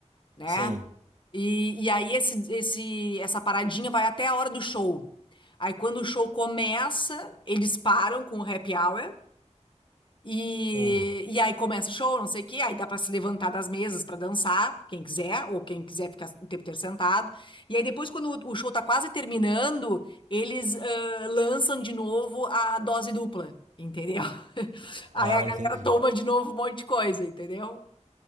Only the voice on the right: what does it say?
Sim.
Hum.
Ah,
entendi.